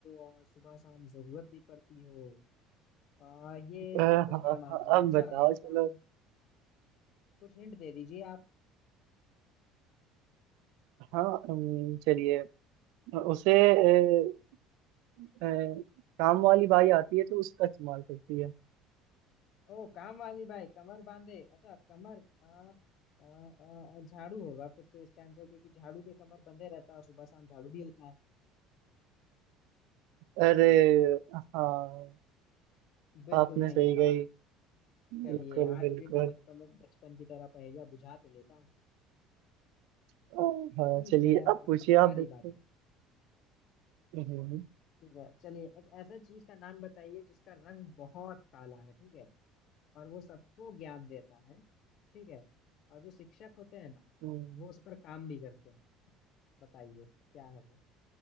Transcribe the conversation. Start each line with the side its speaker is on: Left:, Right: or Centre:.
Left: और सुबह शाम जरूरत भी पड़ती हो आ, ये
Right: अ,
Left: कब कब
Right: हाँ
Left: काम आना
Right: हाँ अब
Left: अच्छा
Right: बताओ
Left: मतलब
Right: चलो
Left: कुछ हिंट दे दीजिए आप
Right: हाँ अम, चलिए उसे अ, अ, काम वाली बाई आती है तो उसका इस्तेमाल करती है
Left: ओ काम वाली बाई कमर बांधे अच्छा कमर आ, आ, आ, झाड़ू होगा फिर तो इसका आंसर क्योंकि झाड़ू के कमर बंधे रहता है और सुबह शाम झाड़ू भी होता है
Right: अरे हाँ
Left: बिल्कुल
Right: आपने
Left: सही
Right: सही
Left: है ना
Right: गई बिल्कुल
Left: चलिए आज
Right: बिल्कुल
Left: भी मैं बचपन बचपन की तरह पहेलियां बुझा तो लेता हूँ
Right: अ, हाँ
Left: ठीक
Right: चलिए
Left: है
Right: अब
Left: अब
Right: पूछिए
Left: हमारी
Right: आप देखो
Left: बारी
Right: हम्म,
Left: ठीक है चलिए एक ऐसा चीज का नाम बताइए जिसका रंग बहुत काला है ठीक है और वो सबको ज्ञान देता है ठीक है और जो शिक्षक होते हैं ना
Right: हम्म,
Left: वो उस पर काम भी करते हैं बताइए क्या है वो